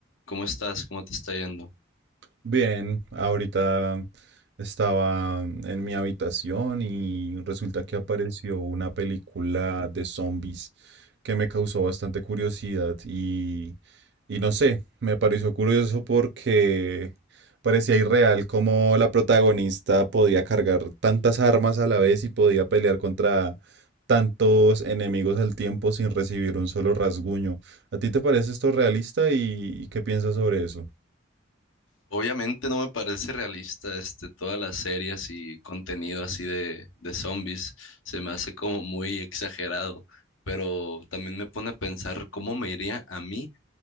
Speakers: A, on the left; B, on the right.
A: ¿Cómo estás? ¿Cómo te está yendo?
B: Bien, ahorita estaba en mi habitación y resulta que apareció una película de zombies que me causó bastante curiosidad y, y no sé, me pareció curioso porque parecía irreal cómo la protagonista podía cargar tantas armas a la vez y podía pelear contra tantos enemigos al tiempo sin recibir un solo rasguño. ¿A ti te parece esto realista y y qué piensas sobre eso?
A: Obviamente no me parece realista este, todas las series y contenido así de, de zombies. Se me hace como muy exagerado, pero también me pone a pensar cómo me iría a mí